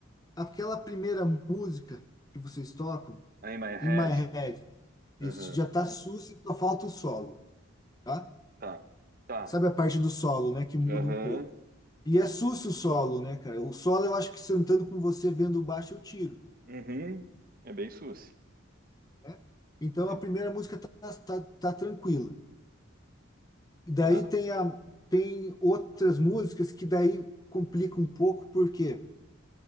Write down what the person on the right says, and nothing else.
Aí, my head.
Aham.
Tá. Tá.
Aham.
Tá.
Uhum. É bem suci.
É-
Tá.